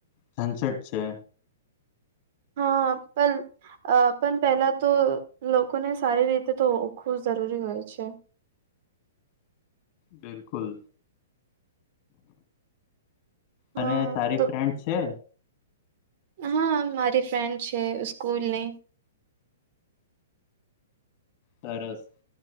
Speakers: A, on the left; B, on the right.
A: સનસેટ છે.
B: હા પણ અ પણ પહેલા તો લોકોને સારી રીતે તો ઓખવું જરૂરી હોય છે.
A: બિલકુલ.
B: હા
A: અને તારી
B: તો
A: ફ્રેન્ડ છે?
B: હા મારી ફ્રેન્ડ છે સ્કૂલની.
A: સરસ.